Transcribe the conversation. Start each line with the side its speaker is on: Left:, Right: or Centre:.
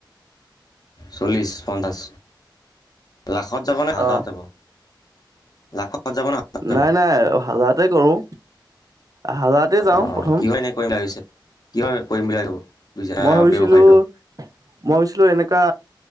Left: চল্লিছ পঞ্চাছ, লাখত যাবনে হাজাৰত
Right: অ
Left: যাব। লাখত যাব নে হাজাৰত যাব
Right: নাই-নাই হাজাৰতে কৰো। হাজাৰতে
Left: অ',
Right: যাওঁ প্ৰথম।
Left: কিহৰ এনে কৰিম বুলি ভাবিছে? কিহৰ কৰিম বুলি ভাবিছে
Right: মই ভাবিছিলো-
Left: ব্যৱসায়টো?
Right: মই ভাবিছিলো এনেকা